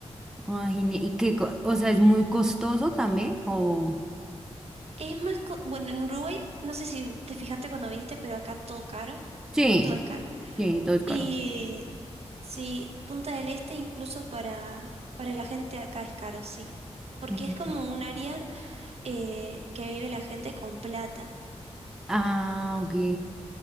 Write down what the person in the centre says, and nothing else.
Ah, genial. ¿Y qué? co- O sea, ¿es muy costoso también? ¿O...
Sí,
sí, todo es caro.
Ujú.
Ah, ok.